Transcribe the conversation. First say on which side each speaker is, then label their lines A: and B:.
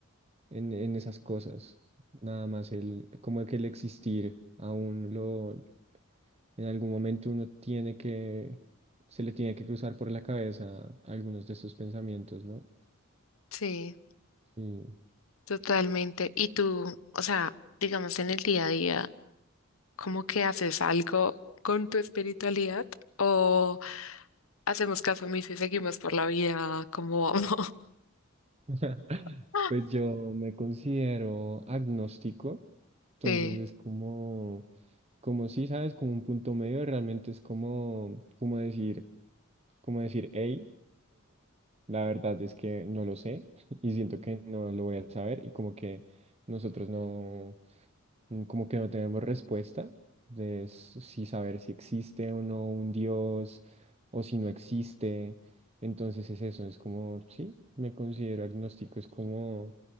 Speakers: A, on the right (about 30°); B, on the left (about 70°).
A: en, en esas cosas, nada más el, como que el existir aún lo, en algún momento uno tiene que, se le tiene que cruzar por la cabeza algunos de esos pensamientos, ¿no?
B: Sí,
A: Sí.
B: totalmente. ¿Y tú, o sea, digamos en el día a día, cómo que haces algo con tu espiritualidad o hacemos caso omiso y seguimos por la vida como vamos?
A: <laughs>
B: <laughs>
A: Pues yo me considero agnóstico, entonces
B: Sí,
A: es como, como si sabes, como un punto medio, realmente es como, como decir, como decir, hey, la verdad es que no lo sé <laughs> y siento que no lo voy a saber y como que nosotros no mm, como que no tenemos respuesta de s- si saber si existe o no un Dios o si no existe. Entonces es eso, es como, sí, me considero agnóstico, es como,